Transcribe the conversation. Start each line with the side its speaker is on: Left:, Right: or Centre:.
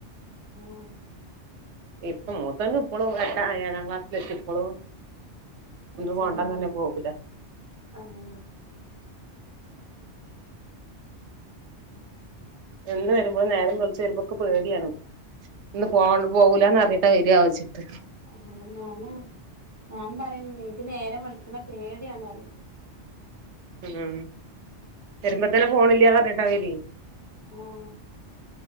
Left: ഉം
Right: ഇപ്പ മൂത്തോനും ഇപ്പളും എട്ടാ ഏഴാം ക്ലാസ്സ്ൽ എത്തി ഇപ്പളും
Left: ആഹ്
Right: ഒന്നും
Left: ചേലോൽ
Right: പോണ്ടാന്ന് പറഞ്ഞ് പോവൂല
Left: അങ്ങനയാ
Right: എന്ത്‌ വരുമ്പളും നേരം വളിച്ചു വരുമ്പോ ഇക്ക് പേടിയാണ് ഇന്ന് പോ പോകൂലാന്ന് അറിഞ്ഞീട്ടാ വരാവോച്ചിട്ട്
Left: ആഹ് ഞാന ഞാനും പറയല് ണ്ട് ഇൻക്ക് നേരം വെള്ക്ക്ണേ പേടിയാണ് അറിയല്
Right: മം വരുമ്പോത്തന്നെ പോണില്ലാന്ന് പറഞ്ഞട്ടാ വരെ
Left: ആഹ്